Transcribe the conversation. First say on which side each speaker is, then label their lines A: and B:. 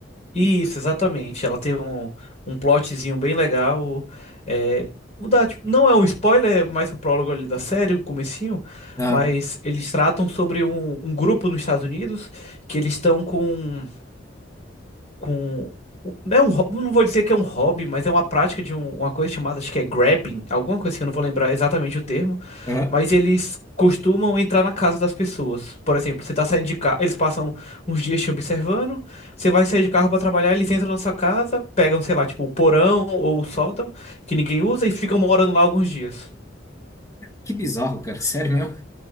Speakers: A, on the left; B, on the left.
A: Isso, exatamente. Ela tem um, um plotzinho bem legal. É, o da- tipo, não é um spoiler, é mais o prólogo ali da série, o comecinho,
B: Ah,
A: mas eles tratam sobre um, um grupo nos Estados Unidos que eles estão com com. É um, ho- não vou dizer que é um hobby, mas é uma prática de um- uma coisa chamada, acho que é grabbing, alguma coisa que eu não vou lembrar exatamente o termo,
B: aham.
A: mas eles costumam entrar na casa das pessoas. Por exemplo, você tá saindo de carro, eles passam uns dias te observando, você vai sair de carro para trabalhar, eles entram na sua casa, pegam, sei lá, tipo, o porão ou o sótão, que ninguém usa, e ficam morando lá alguns dias.
B: Que bizarro, cara. <laughs> Sério mesmo?